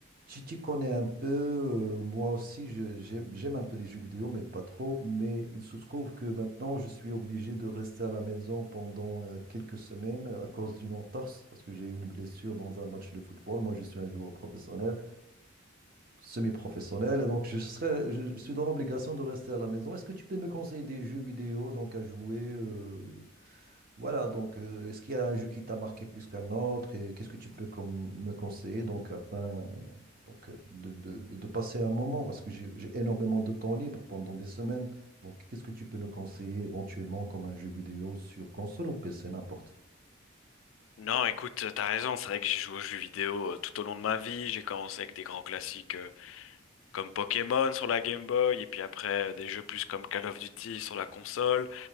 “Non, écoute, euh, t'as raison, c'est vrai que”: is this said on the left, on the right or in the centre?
Left